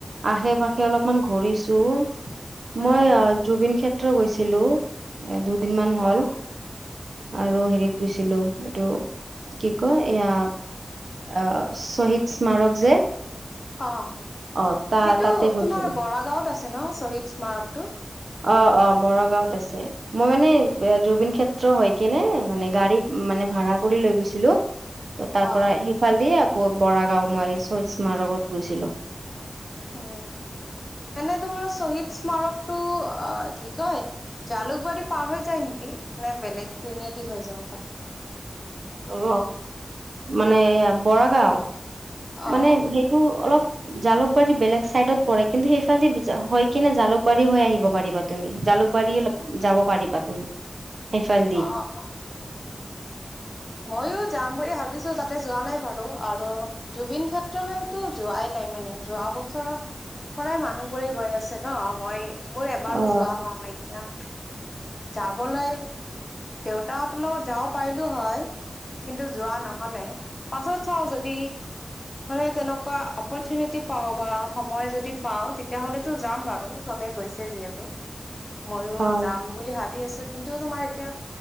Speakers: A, on the right; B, on the left.
A: আশে পাশে অলপমান ঘূৰিছো।
B: উম
A: মই অ জুবিন ক্ষেত্ৰ গৈছিলো, এ দুদিনমান হ'ল।
B: অ',
A: আৰু হেৰিত গৈছিলো এইটো কি কয় এইয়া অ শ্বহীদ স্মাৰক যে
B: অ
A: অ' তা
B: সেইটো
A: তাতে গৈছিলো।
B: তোমাৰ বৰা গাঁৱত আছে ন শ্বহীদ স্মাৰকটো
A: অ অ বৰৰাগাঁৱত আছে মই মানে জুবিন ক্ষেত্ৰ হয় কেনে মানে গাড়ী মানে ভাড়া কৰি লৈ গৈছিলো ত তাৰ
B: অ',
A: পৰা ইফাল দিয়ে আকৌ বৰা গাঁও মই শহদ স্মাৰকত গৈছিলো
B: উ এনে তোমাৰ শ্বহীদ স্মাৰকটো অ কি কয় জালুকবাৰী পাৰ হৈ যায় নেকি নে বেলেগ পিনেদি হৈ যাব পাৰ
A: অ মানে বৰা গাওঁ
B: অ
A: মানে সেইটো অলপ জালুকবাৰী বেলেগ চাইডত পৰে কিন্তু সেইফালেদি হৈ কিনে জালুকবাৰী হৈ আহিব পাৰিবা তুমি জালুকবাৰীয়ে যাব পাৰিবা তুমি সেইফাল দি
B: অহ অ মইো যাম বুলি ভাবিছো তাতে যোৱা নাই বাৰু আৰু জুবিন ক্ষেত্ৰলৈ তটো যোৱাই নাই মানে যোৱা বছৰৰ প্ৰায় মানুহবোৰে গৈ আছে ন মই মোৰ এবাৰো
A: অ
B: যোৱা হোৱা নাই এতিয়া যাবলৈ দেউতাহঁতৰ লগত যাও পাৰিলো হয় কিন্তু যোৱা নহলে পাছত চাওঁ যদি মানে তেনেকুৱা অপৰচুনিতি পাওঁ বা সময় যদি যদি পাওঁ তেতিয়াহলেতো যাম বাৰু চবে গৈছে যিহেতু মইও
A: হয়
B: যাম বুলি ভাবি আছো কিন্তু তোমাৰ এতিয়া